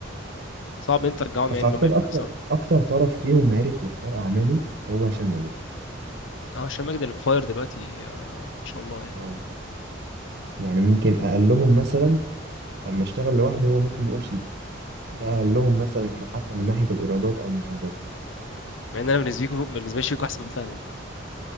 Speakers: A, on the left; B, on the right.
A: صعب إن أنت ترجعهم
B: بس
A: يعني
B: اعتقد
A: إن هم يعملوا
B: اكتر
A: حاجة سوا
B: اكتر طرف فيهم عرف يختار اعماله هو هشام ماجد
A: اه هشام ماجد اللي فاير دلوقتي آه ما شاء الله يعني
B: اه يعني ممكن اقلهم مثلا اما اشتغل لوحده هو ممكن نقول شيكو ده اقلهم مثلا ك- حتى من ناحية الايرادات او المشاهدات
A: مع ان انا بالنسبه لي بالنسبه لي شيكو احسن من فهمي